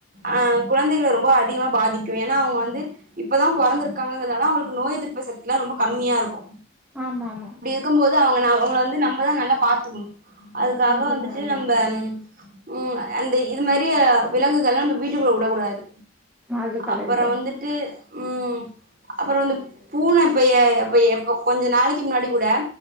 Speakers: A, on the right (about 40°); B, in the centre.
A: அ குழந்தைகள ரொம்ப அதிகமா பாதிக்கு ஏனா அவங்க வந்து இப்பதா பொறந்துருக்காங்கதால அவுங்களுக்கு நோய எதிர்ப்பு சக்தில்லா ரொம்ப கம்மியா இருக்கு
B: ஆமாமா
A: க்கும்போது அவுங்கன அவங்கள வந்து நம்மதா நல்லா பாத்துக்கனு அதுக்காக
B: அதுதா
A: வந்துட்டு
B: அதா
A: நம்ப ம் ம் அந்த இது மாரிய விலங்குகள நம்ப வீட்டுக்குள்ள வுடக்கூடாது
B: அது கரெக்ட்டு
A: அப்பறொ வந்துட்டு ம் அப்பறொ இந்து பூன இப்பயே அப்பயே இப்ப கொஞ்ச நாளைக்கி முன்னாடி கூட